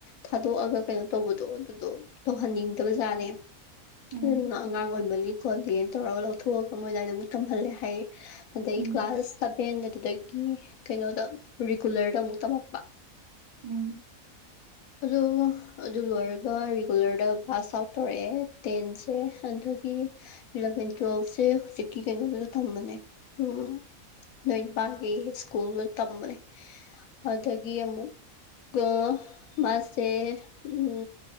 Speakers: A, on the left (about 75°); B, on the right (about 35°).
A: ꯊꯥꯗꯣꯛꯑꯒ ꯀꯩꯅꯣ ꯇꯧꯕꯗꯣ ꯑꯗꯨꯗꯣ ꯇꯧꯍꯟꯅꯤꯡꯗꯕ ꯖꯥꯠꯅꯦ
B: ꯎꯝ
A: ꯑꯗꯨꯝ ꯑꯉꯥꯡ ꯑꯣꯏꯃꯅꯤ ꯈꯣꯠꯂꯤꯅ ꯇꯧꯔꯒ ꯂꯧꯊꯣꯛꯑꯒ ꯃꯣꯏꯅ ꯑꯗꯨꯝ ꯇꯝꯍꯜꯂꯦ ꯍꯥꯏꯌꯦ ꯑꯗꯗꯒꯤ
B: ꯎꯝ
A: ꯀ꯭ꯂꯥꯁ ꯁꯕꯦꯟ ꯑꯗꯨꯗꯒꯤ ꯀꯩꯅꯣꯗ ꯔꯤꯒꯨꯂꯔꯗ ꯑꯃꯨꯛ ꯇꯝꯃꯛꯄ
B: ꯎꯝ
A: ꯑꯗꯣ ꯑꯗꯨ ꯂꯣꯏꯔꯒ ꯔꯤꯒꯨꯂꯔꯗ ꯄꯥꯁ ꯍꯥꯞ ꯇꯧꯔꯛꯑꯦ ꯇꯦꯟꯁꯦ ꯑꯗꯨꯒꯤ ꯏꯂꯚꯦꯟ ꯇ꯭ꯋꯦꯞꯁꯦ ꯆꯧꯖꯨꯛꯀꯤ ꯀꯩꯅꫭꯗꯨꯅ ꯇꯝꯕꯅꯦ ꯎꯝ ꯅꯣꯏ ꯄꯥꯒꯤ ꯏꯁ꯭ꯀꯨꯜꯗꯨ ꯇꯝꯕꯅꯦ ꯑꯗꯨꯗꯒꯤ ꯑꯃꯛ ꯀ ꯃꯥꯁꯦ ꯎ